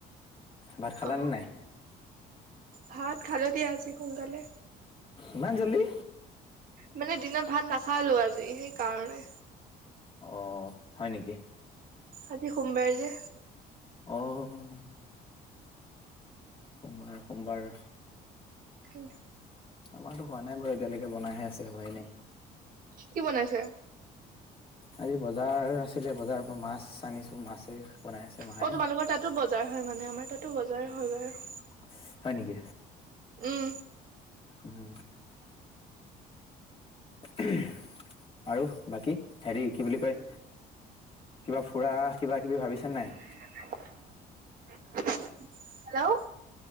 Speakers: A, on the left (about 30°); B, on the right (about 55°).
A: ভাত খালানে
B: অ
A: নাই?
B: ভাত খালোঁ দিয়া আজি সোনকালে।
A: ইমান জলদি।
B: মানে দিনত ভাত নাখালোঁ আজি, সেইকাৰণে।
A: অ', হয় নেকি?
B: আজি সোমবাৰ যে।
A: অ', সোমবাৰ, সোমবাৰ।
B: হুম।
A: আমাৰটো হোৱা নাই বাৰু এতিয়ালৈকে, বনাই হে আছে, হোৱাই নাই।
B: কি বনাইছে?
A: আজি বজাৰ আছিলে, বজাৰৰ পৰা মাছ আনিছোঁ, মাছে। বনাই আছে
B: অ',
A: মায়ে।
B: তোমালোকৰ তাতো বজাৰ হয় মানে, আমাৰ তাতো বজাৰ হয় বাৰু।
A: ইচ্ছ, হয় নেকি,
B: উম
A: উম। <inaudible> উম, আৰু বাকী হেৰি কি বুলি কয়। কিবা ফুৰা, কিবা কিবি ভাবিছান নাই?
B: <inaudible> হেল্ল'?